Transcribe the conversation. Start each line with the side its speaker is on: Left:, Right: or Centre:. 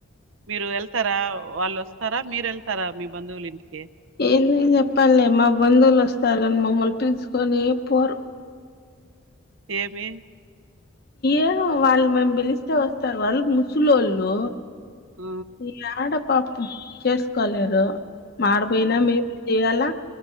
Right: మీరు వెళ్తారా వాళ్ళు వస్తారా మీరు వెళ్తారా మీ బంధువుల ఇంటికి
Left: ఏంది చెప్పాలి మా బంధువులు వస్తారు మమ్మల్ని పిలుచుకొని పోరు
Right: ఏమి
Left: ఏమో వాళ్ళు మేము పిలిస్తే వస్తారు వాళ్ళు ముసులోళ్ళు
Right: ఆ,
Left: ఇకాడ పప్పు చేసుకోలేదా మాడపోయినా
Right: ఆ,
Left: మేము చేయలా